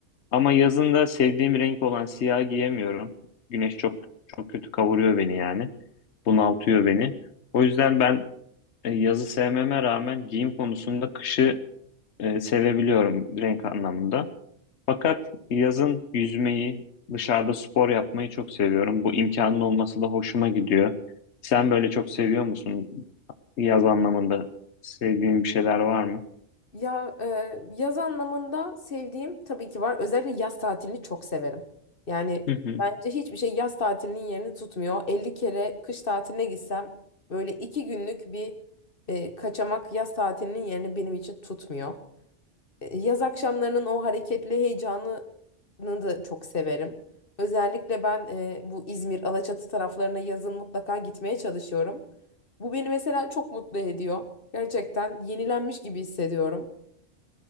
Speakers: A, on the left; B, on the left.
A: Ama yazın da sevdiğim renk olan siyah giyemiyorum. Güneş çok çok kötü kavuruyor beni yani. Bunaltıyor beni. O yüzden ben e, yazı sevmeme rağmen giyim konusunda kışı e, sevebiliyorum renk anlamında. Fakat yazın yüzmeyi, dışarıda spor yapmayı çok seviyorum. Bu imkanın olması da hoşuma gidiyor. Sen böyle çok seviyor musun? Yaz anlamında sevdiğin bir şeyler var mı?
B: Ya e, yaz anlamında sevdiğim tabii ki var. Özellikle yaz tatilini çok severim. Yani
A: Hı hı.
B: bence hiçbir şey yaz tatilinin yerini tutmuyor. 50 kere kış tatiline gitsem böyle iki günlük bir e, kaçamak yaz tatilinin yerini benim için tutmuyor. E, yaz akşamlarının o hareketli heyecanını da çok severim. Özellikle ben e, bu İzmir, Alaçatı taraflarına yazın mutlaka gitmeye çalışıyorum. Bu beni mesela çok mutlu ediyor. Gerçekten yenilenmiş gibi hissediyorum.